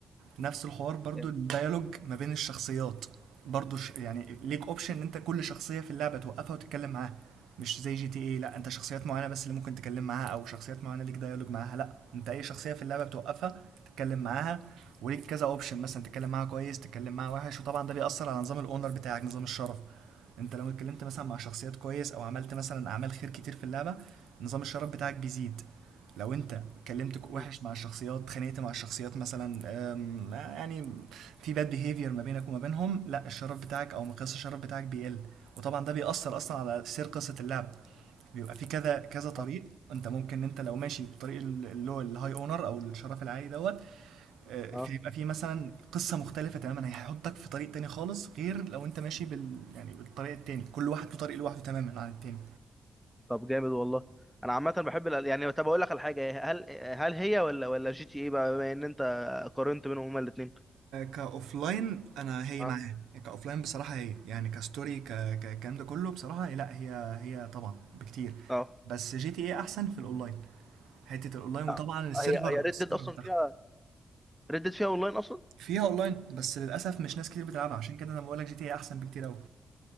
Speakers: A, on the right; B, in the centre.
A: نفس الحوار برضو
B: جامد
A: الديالوج ما بين الشخصيات برضو ش... يعني ليك اوبشن ان انت كل شخصية في اللعبة توقفها وتتكلم معاها مش زي جي تي اي لا انت شخصيات معينة بس اللي ممكن تتكلم معاها او شخصيات معينة ليك ديالوج معاها لا انت اي شخصية في اللعبة بتوقفها تتكلم معاها وليك كذا اوبشن مثلا تتكلم معاها كويس تتكلم معاها وحش وطبعا ده بيأثر على نظام الاونر بتاعك نظام الشرف انت لو اتكلمت مثلا مع شخصيات كويس او عملت مثلا اعمال خير كتير في اللعبة نظام الشرف بتاعك بيزيد لو انت اتكلمت ك- وحش
B: مم.
A: مع الشخصيات اتخانقت مع الشخصيات مثلا أم، يعني في باد بيهيفير ما بينك وما بينهم لا الشرف بتاعك او مقياس الشرف بتاعك بيقل وطبعا ده بيأثر اصلا على سير قصة اللعب بيبقى في كذا كذا طريق
B: اه
A: انت ممكن انت لو ماشي بطريق ال- اللي هو الهاي اونر او الشرف العالي دوت آه،
B: اه
A: في- يبقى في مثلا قصة مختلفة تماما هيحطك في طريق تاني خالص غير لو انت ماشي بال يعني بالطريق التاني كل واحد له طريق لوحده تماما عن التاني
B: طب جامد والله انا عامه بحب الأل- يعني طب اقول لك على حاجه هل هل هي ولا ولا جي تي ايه بقى بما ان انت قارنت بينهم هما الاثنين
A: كاوف لاين انا هي
B: اه
A: معاه كاوف لاين بصراحه هي يعني كستوري ك ك- الكلام ده كله بصراحه لا هي هي طبعا بكتير
B: اه
A: بس جي تي ايه احسن في الاونلاين حته الاونلاين
B: آه،
A: وطبعا السيرفر
B: هي هي ريد
A: السيرفر
B: ديد اصلا
A: بتاعها
B: فيها ريد ديد فيها اونلاين اصلا
A: فيها اونلاين بس للاسف مش ناس كتير بتلعبها عشان كده انا بقول لك جي تي ايه احسن
B: آه.
A: بكتير قوي